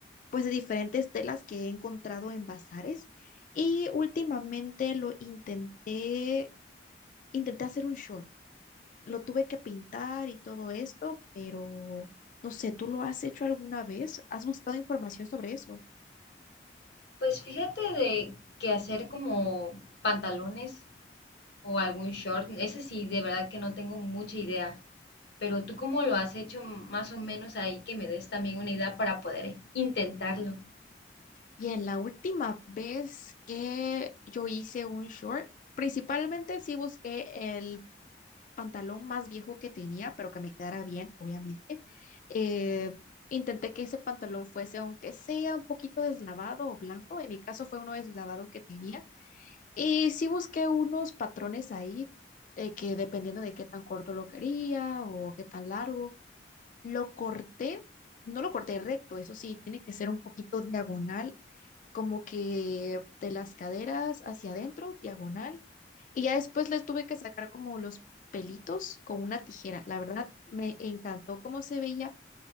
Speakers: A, on the left; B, on the left.
A: pues de diferentes telas que he encontrado en bazares y últimamente lo intenté, intenté hacer un short. Lo tuve que pintar y todo esto, pero no sé, ¿tú lo has hecho alguna vez? ¿Has buscado información sobre eso?
B: Pues fíjate de que hacer como pantalones o algún short, ese sí, de verdad que no tengo mucha idea. Pero tú cómo lo has hecho más o menos ahí que me des también una idea para poder intentarlo.
A: Bien, la última vez que yo hice un short, principalmente sí busqué el pantalón más viejo que tenía, pero que me quedara bien, obviamente. Eh, intenté que ese pantalón fuese, aunque sea un poquito deslavado o blanco, en mi caso fue uno deslavado que tenía. Y sí busqué unos patrones ahí, eh, que dependiendo de qué tan corto lo quería o qué tan largo, lo corté. No lo corté recto, eso sí, tiene que ser un poquito diagonal como que de las caderas hacia adentro, diagonal. Y ya después les tuve que sacar como los pelitos con una tijera. La verdad, me encantó cómo se veía